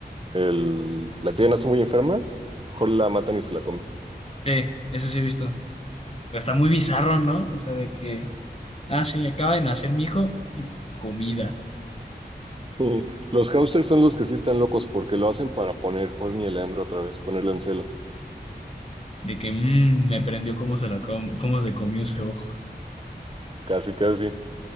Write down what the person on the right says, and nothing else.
el- la cría nace muy enferma, mejor la matan y se la comen.
<laughs> Y los hámsters son los que sí están locos porque lo hacen para poner Horny el hambre otra vez, ponerle en celo.
Casi, casi.